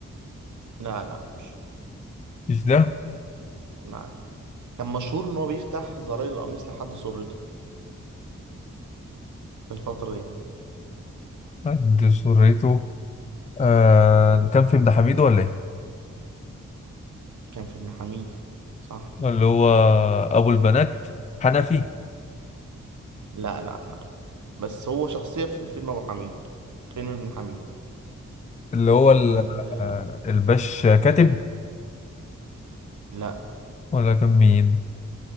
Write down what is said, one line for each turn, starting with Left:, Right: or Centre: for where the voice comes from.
Right: لا لا مش هو
Left: مش ده
Right: لا كان مشهور ان هو بيفتح زراير القميص لحد سرته في الفترة دي
Left: عند سرته آه اللي كان في ابن حميدو ولا ايه
Right: كان في ابن حميد صح
Left: اللي هو أبو البنات حنفي
Right: لا لا لا بس هو شخصية في فيلم ابو حميد فيلم ابن حميد
Left: اللي هو ال-
Right: آه
Left: آه، الباش كاتب
Right: لا
Left: ولا كان مين